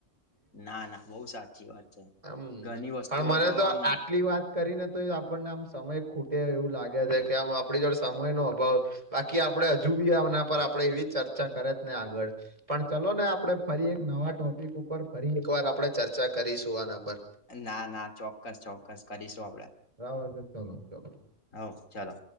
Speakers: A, on the left (about 85°); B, on the right (about 25°).
A: ના ના બહુ સાચી વાત છે.
B: હમ્મ
A: ઘણી વસ્તુઓ
B: પણ મને તો
A: આમ
B: આટલી વાત. કરીને તો એ આપણને આમ સમય ખૂટે એવું લાગે છે, કે આમ આપણી જોડ સમય નો અભાવ બાકી આપડે હજુ બી એના પર આપડે એવી ચર્ચા કરે ને આગળ પણ ચલો ને આપણે ફરી એક નવા ટોપિક ઉપર ફરી એકવાર આપણે ચર્ચા કરીશું આના પર
A: ના ના ચોક્કસ ચોક્કસ કરીશું આપડે.
B: બરાબર છે ચલો ચલો
A: હ ચાલો.